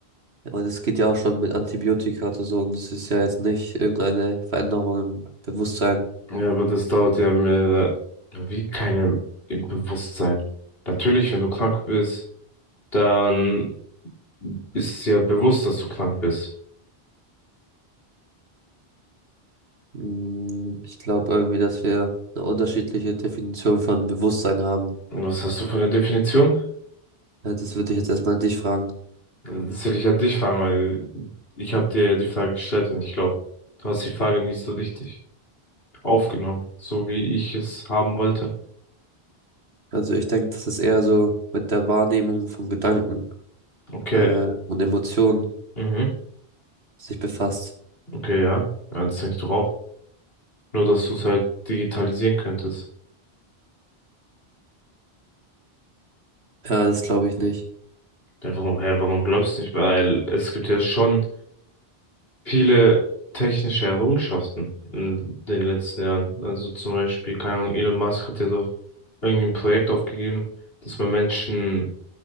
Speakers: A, on the right; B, on the left.
A: aber das geht ja auch schon mit Antibiotika oder so und das ist ja jetzt nicht irgendeine Veränderung im Bewusstsein.
B: Ja, aber das dauert ja mehr, wie keine im Bewusstsein. Natürlich, wenn du krank bist, dann ist es ja bewusst, dass du krank bist.
A: Mm, Ich glaube irgendwie, dass wir eine unterschiedliche Definition von Bewusstsein haben.
B: Und was hast du für eine Definition?
A: Ja, Das würde ich jetzt erstmal dich fragen.
B: Das will ich an dich fragen, weil ich habe dir ja die Frage gestellt und ich glaube, du hast die Frage nicht so richtig aufgenommen, so wie ich es haben wollte.
A: Also ich denke, dass es eher so mit der Wahrnehmung von Gedanken
B: Okay,
A: äh, und Emotionen
B: mhm,
A: sich befasst.
B: okay, ja. Ja, das denke ich doch auch. Nur, dass du es halt digitalisieren könntest.
A: Ja, das glaube ich nicht.
B: Einfach nur, hä, warum glaubst du nicht? Weil es gibt ja schon viele technische Errungenschaften in den letzten Jahren. Also zum Beispiel, keine Ahnung, Elon Musk hat ja doch irgendwie ein Projekt aufgegeben, dass man Menschen